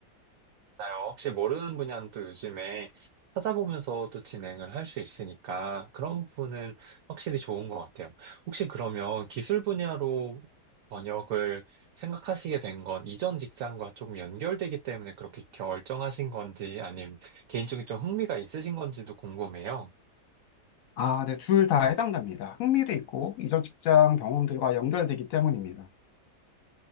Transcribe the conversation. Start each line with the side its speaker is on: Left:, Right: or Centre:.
Right: 맞아요. 혹시 모르는 분야는 또 요즘에 찾아보면서 또 진행을 할 수 있으니까 그런 부분은 확실히 좋은 것 같아요. 혹시 그러면 기술 분야로 번역을 생각하시게 된 건 이전 직장과 조금 연결되기 때문에 그렇게 결정하신 건지 아님 개인적인 좀 흥미가 있으신 건지도 궁금해요.
Left: 아, 네, 둘 다 해당됩니다. 흥미도 있고 이전 직장 경험들과 연결되기 때문입니다.